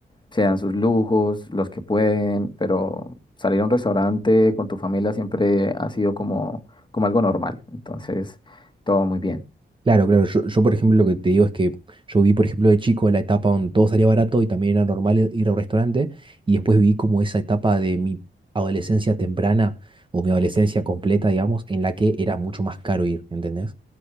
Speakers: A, on the left; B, on the right.
A: se dan sus lujos, los que pueden, pero salir a un restaurante con tu familia siempre ha sido como, como algo normal. Entonces, todo muy bien.
B: Claro, claro. Yo, yo, por ejemplo, lo que te digo es que yo vi, por ejemplo, de chico la etapa donde todo salía barato y también era normal i- ir a un restaurante. Y después vi como esa etapa de mi adolescencia temprana o mi adolescencia completa, digamos, en la que era mucho más caro ir, ¿entendés?